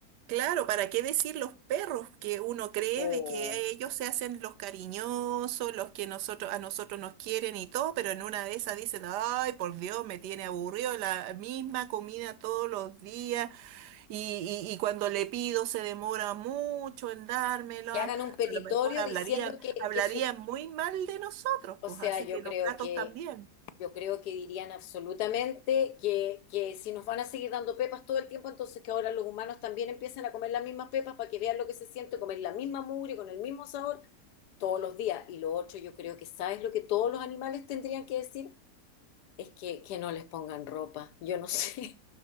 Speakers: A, on the right (about 80°); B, on the left (about 75°).
A: Claro, ¿para qué decir los perros que uno cree
B: O
A: de que ellos se hacen los cariñosos, los que nosotros a nosotros nos quieren y todo, pero en una de esas dicen, ay, por Dios, me tiene aburrido la misma comida todos los días y, y- y cuando le pido se demora mucho en dármela.
B: Que hagan un petitorio
A: A lo mejor hablarían,
B: diciendo que,
A: hablarían
B: que su,
A: muy mal de nosotros,
B: o
A: pues
B: sea,
A: así
B: yo
A: que
B: creo
A: los gatos
B: que,
A: también.
B: yo creo que dirían absolutamente que, que si nos van a seguir dando pepas todo el tiempo, entonces que ahora los humanos también empiecen a comer las mismas pepas para que vean lo que se siente, comer la misma mugre con el mismo sabor todos los días. Y lo otro, yo creo que, ¿sabes lo que todos los animales tendrían que decir? Es que, que no les pongan ropa. Yo no <laughs> sé.